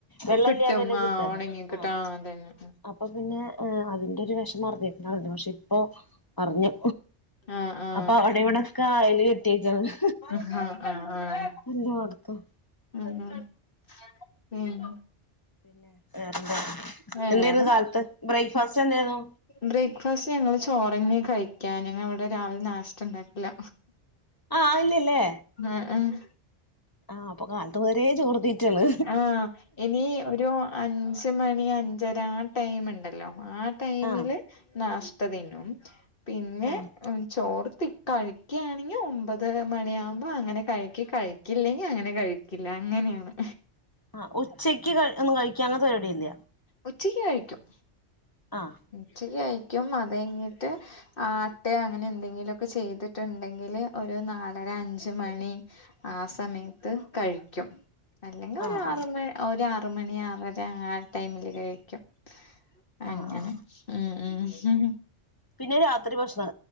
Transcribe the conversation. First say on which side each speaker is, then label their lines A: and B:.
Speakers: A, on the left; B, on the left.
A: വെള്ളം
B: കിട്ടും
A: ഇല്ലാതെല്ലേ
B: ആ
A: കിട്ട
B: ഉണങ്ങി കിട്ടും
A: ആ
B: അതന്നെ
A: അപ്പൊ പിന്നെ ആ അതിന്റെ ഒരു വെഷമം അറിഞ്ഞിട്ടിണ്ടാവില്ല പക്ഷെ ഇപ്പൊ അറിഞ്ഞു
B: ആ ആ
A: അപ്പൊ അവിടെ ഇവിടൊക്കെ അയൽ കെട്ടിയേക്കന്ന്
B: ആഹ് ആഹ് ആഹ്
A: എല്ലോട്ത്തും
B: ആഹ് ആഹ് ഉം
A: പിന്നെ വേറെന്ത
B: വേറെ
A: എന്തായിരുന്നു കാലത്ത് ബ്രേക്ക്ഫാസ്റ്റ് എന്തായിരുന്നു
B: ബ്രേക്ക്ഫാസ്റ്റ് ഞങ്ങള്ൾ ചോറെന്ന കഴിക്കാ ഞങ്ങള് ഇവിടെ രാവിലെ നാശ്ത ഉണ്ടാക്കില്ല
A: ആ ഇല്ലില്ലേ
B: ആഹ് ആഹ്
A: ആഹ് അപ്പൊ കാലത്ത് മുതലേ ചോർത്തിറ്റാണ്
B: ആഹ് ഇനി ഒരു അഞ്ച് മണി അഞ്ചര ആ ടൈമുണ്ടല്ലോ ആ ടൈമില്
A: ആഹ്
B: നാഷ്ത തിന്നും പിന്നെ
A: ആഹ്
B: ചോർത്തി കഴിക്കുകയാണെങ്കിൽ ഒമ്പതര മണിയാവുമ്പോ അങ്ങനെ കഴിക്കും കഴി ക്കില്ലെങ്കിൽ അങ്ങനെ കഴിക്കില്ല അങ്ങനെയാണ്
A: ആഹ് ഉച്ചയ്ക്ക് ഒന്നും കഴിക്കുക അങ്ങനത്തെ പരിപാടി ഇല്ല
B: ഉച്ചക്ക് കഴിക്കും
A: ആഹ്
B: ഉച്ചക്ക് കഴിക്കും അത് കഴിഞ്ഞിട്ട് ആട്ട അങ്ങനെ എന്തെങ്കിലുമൊക്കെ ചെയ്തിട്ടുണ്ടെങ്കിൽ ഒരു നാലര അഞ്ച് മണി ആ സമയത്ത് കഴിക്കും അല്ലെങ്കിൽ ഒരു
A: ആഹ്
B: ആറ്
A: ആഹ്
B: മണി ഒരു ആറ് മണി ആറര ആ ടൈമില് കഴിക്കും അങ്ങനെ
A: ആഹ് ആഹ്
B: ഉം ഉം ഉം
A: പിന്നെ രാത്രി ഭക്ഷണം